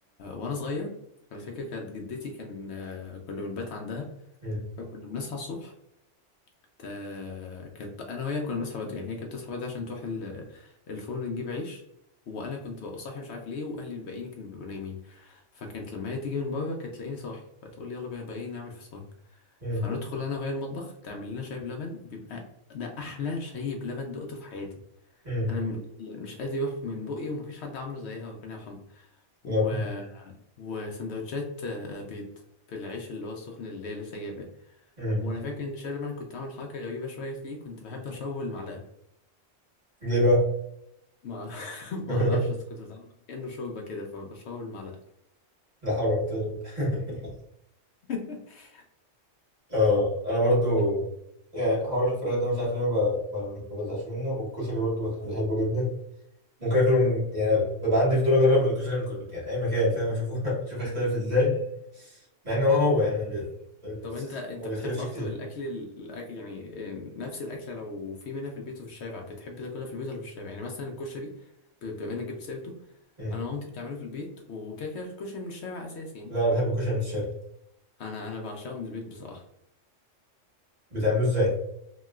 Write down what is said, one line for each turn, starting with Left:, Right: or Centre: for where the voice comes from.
Left: وانا صغير على فكرة كانت جدتي كان آه، كنا بنبات عندها
Right: امم
Left: فكنا بنصحى الصبح آه، كانت انا وهي كنا بنصحى بدري يعني هي كانت بتصحى بدري عشان تروح ال- الفرن تجيب عيش وانا كنت ببقى صاحي مش عارف ليه واهلي الباقيين كانوا بيبقوا نايمين فكانت لما هي تيجي من بره كانت تلاقيني صاحي فتقول لي يلا بقى بقى ايه نعمل فطار
Right: امم
Left: فندخل انا وهي المطبخ تعمل لنا شاي بلبن بيبقى ده احلى شاي بلبن دقته في حياتي
Right: امم
Left: انا م- مش قادر يروح من بقي ومفيش حد عامله زيها ربنا يرحمها و...
Right: لا
Left: وسندوتشات آه، بيض في العيش اللي هو السخن اللي هي لسه جايباه
Right: امم
Left: وانا فاكر ان شاي لما كنت عامل حركه غريبه شويه فيه كنت بحب اشربه بالمعلقه
Right: ليه بقى
Left: ما <laughs>
Right: <laughs>
Left: ما اعرفش بس كنت بتعامل معاه كانه شوربه كده فبشربه بالمعلقه
Right: لا حول ولا قوه إلا بالله. <laughs>
Left: <laughs>
Right: اه انا برضو
Left: طب
Right: يعني حوار الفراخ ده مش عارف ليه ما ب- ما- ما بزهقش منه والكشري برضو بك- بحبه جدا ممكن اكله من يعني ببقى عندي فضول اجرب الكشري من كل يعني اي مكان فاهم اشوفه <laughs> اشوف يختلف ازاي مع انه هو هو يعني ما بي- ما بي-
Left: طب انت انت
Right: ما بيختلفش
Left: بتحب اكتر
Right: كتير
Left: الاكل ال- يعني نفس الاكله لو في منها في البيت وفي الشارع بتحب تاكلها في البيت ولا في الشارع يعني مثلا الكشري ب- بما انك جبت سيرته
Right: مم.
Left: انا مامتي بتعمله في البيت وكده كده الكشري من الشارع اساسي يعني
Right: لا انا بحب الكشري من الشرق
Left: انا انا بعشقه من البيت بصراحه
Right: بتعملوه ازاي